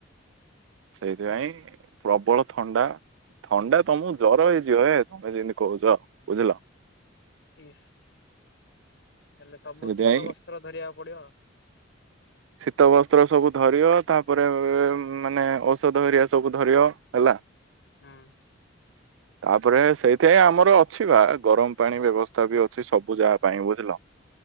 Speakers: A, on the right; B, on the left.
A: ସେଇଥିପାଇଁ ପ୍ରବଳ ଥଣ୍ଡା। ଥଣ୍ଡା ତମକୁ ଜ୍ୱର ହେଇଯିବ ହେ ତମେ ଯେମିତି କହୁଛ ବୁଝିଲ।
B: ଇସ୍ ହେଲେ ସବୁ
A: ସେଥିପାଇଁ
B: ଶୀତ ବସ୍ତ୍ର ଧରିବାକୁ ପଡିବ।
A: ଶୀତ ବସ୍ତ୍ର ସବୁ ଧରିିବ ତାପରେ ମାନେ ଔଷଧ ହେରିକା ସବୁ ଧରିିବ ହେଲା। <inaudible>
B: ଉଁ
A: <inaudible> ତାପରେ ସେଇଥେ ଆମର ଅଛି ବା ଗରମ ପାଣି ବ୍ୟବସ୍ଥା ବି ଅଛି ସବୁ ଯା ପାଇଁ ବୁଝିଲ।